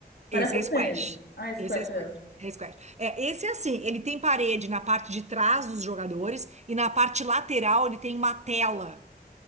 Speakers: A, on the left (about 75°); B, on the right (about 45°).
A: Parece
B: Esse é squash.
A: tênis. Ah, squash.
B: Esse é squash.
A: É.
B: É squash. É, esse é assim, ele tem parede na parte de trás dos jogadores e na parte lateral ele tem uma tela.